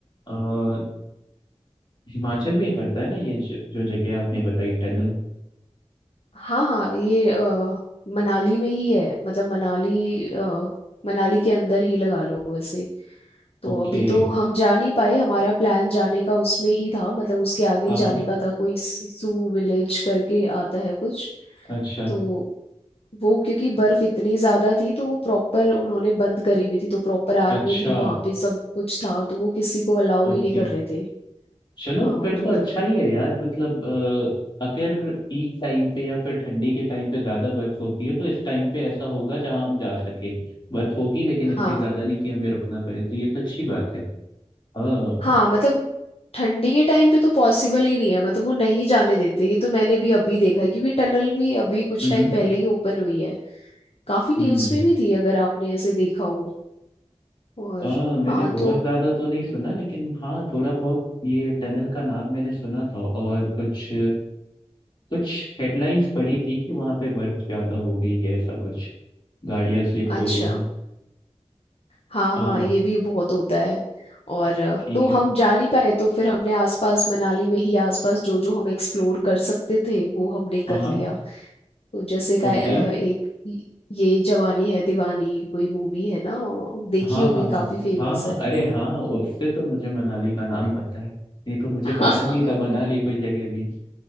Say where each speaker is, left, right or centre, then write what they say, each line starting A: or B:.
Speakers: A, on the left (about 40°); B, on the left (about 60°).
A: अ, हिमाचल में ही पड़ता है ना ये ज- जो जगह आपने बताई टनल
B: हाँ हाँ ये अ, मनाली में ही है मतलब मनाली अ, मनाली के अंदर ही लगा लो वैसे तो
A: ओके
B: अभी तो हम जा नहीं पाए हमारा प्लान जाने का उसमें ही था मतलब उसके आगे
A: हाँ
B: ही जाने
A: हाँ
B: का था कोई सिसु विलेज करके आता है कुछ
A: अच्छा
B: तो वो क्योंकि बर्फ इतनी ज्यादा थी तो वो प्रॉपर उन्होंने बंद करी हुई थी तो प्रॉपर आर्मी
A: अच्छा
B: थी वहां पे सब कुछ था तो वो किसी को अलाउ
A: ओके
B: ही नहीं कर रहे थे
A: चलो
B: हाँ
A: फिर
B: तो
A: तो अच्छा ही है यार मतलब अ, अगर पीक टाइम पे या फिर ठंडी के टाइम पे ज्यादा बर्फ होती है तो इस टाइम पे ऐसा होगा जहां हम जा सके बर्फ होगी लेकिन इतनी
B: हाँ
A: ज्यादा नहीं कि हमें रुकना पड़े तो ये तो अच्छी बात है हाँ
B: हाँ मतलब ठंडी के टाइम पे तो पॉसिबल ही नहीं है मतलब वो नहीं जाने देते ये तो मैंने भी अभी देखा है क्योंकि टनल भी अभी कुछ
A: हम्म
B: टाइम पहले ही ओपन हुई है काफी
A: हम्म
B: न्यूज में भी थी अगर आपने ऐसे देखा हो और
A: हाँ मैंने
B: हाँ
A: बहुत
B: तो
A: ज्यादा तो नहीं सुना लेकिन हाँ थोड़ा बहुत ये टनल का नाम मैंने सुना था और कुछ कुछ हेडलाइंस पढ़ी थी कि वहां पे बर्फ ज्यादा हो गई है ऐसा कुछ गाड़ियां स्लिप
B: अच्छा
A: हो रही
B: हाँ
A: हैं
B: हाँ ये भी बहुत होता है और अ,
A: ठीक
B: तो हम
A: है
B: जा नहीं पाए तो फिर हमने आसपास मनाली में ही आसपास जो जो हम एक्सप्लोर कर सकते थे वो हमने
A: हाँ
B: कर
A: हाँ
B: लिया तो जैसे का
A: ओके
B: अ, एक य- ये जवानी है दीवानी कोई मूवी है ना ओ, देखी
A: हाँ
B: होगी
A: हाँ हाँ
B: काफी फेमस
A: हाँ हाँ
B: है
A: अरे हाँ उससे तो मुझे मनाली का नाम पता है नहीं तो मुझे
B: <laughs>
A: पता ही नहीं था मनाली कोई जगह भी